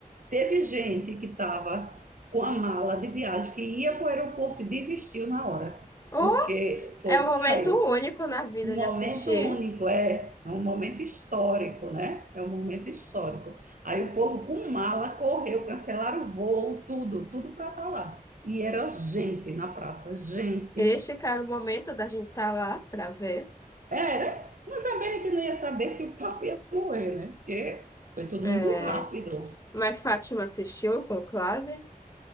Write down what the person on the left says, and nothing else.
Oh,
é um
momento
único na vida
de assistir.
Este, cara, é o momento da gente estar lá para ver.
É.
Mas Fátima assistiu o Conclave?